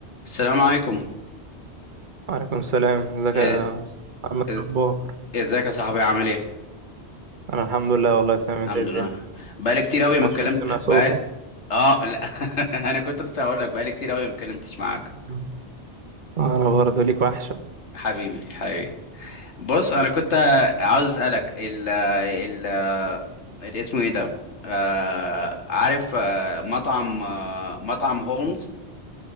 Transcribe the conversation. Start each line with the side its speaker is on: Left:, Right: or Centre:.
Left: السلام عليكم
Right: وعليكم السلام ازيك
Left: إ-
Right: يا أستاذ محمد
Left: إ-
Right: الاخبار
Left: ازيك يا صاحبي عامل ايه
Right: انا الحمد لله والله
Left: الحمد
Right: تمام انت إيه الدنيا
Left: لله بقالي كتير قوي ما
Right: عاش
Left: اتكلمت
Right: من سمع
Left: بقالي
Right: صوتك
Left: اه لا <laughs> انا كنت لسه هقول لك بقالي كتير قوي ما اتكلمتش معاك
Right: مم. انا برضه ليك وحشه
Left: حبيبي حبيبي بص انا كنت عاوز اسالك ال ال اللي اسمه ايه ده آه عارف آه مطعم آه مطعم هولمز